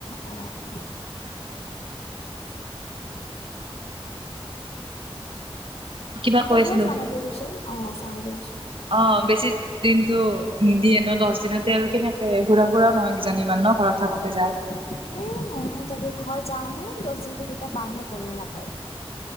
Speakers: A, on the left; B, on the right.
A: অ অ
B: কিবা
A: কি
B: কৈ
A: কৈছিলা
B: আছিলো
A: চামাৰভেকেচন অ চামাৰ ভেকেচন। কথা।
B: অ বেছি। দিনটো নিদিয়ে ন দহ দিনতে আৰু কেনেকে ঘূৰা ফুৰাও নহয় কিজানি ইমান ন ঘৰত থাকোতে যায়।
A: এ নহয় তাকে ঘৰ যাওঁহে, দহ দিনতো কেতিয়া পাৰ হৈ গমেই নাপায়।